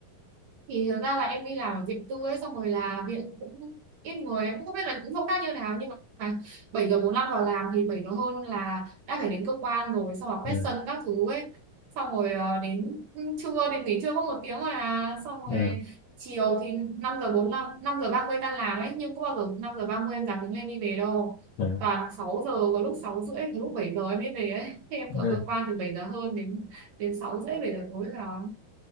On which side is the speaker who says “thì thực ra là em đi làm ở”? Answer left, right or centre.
Right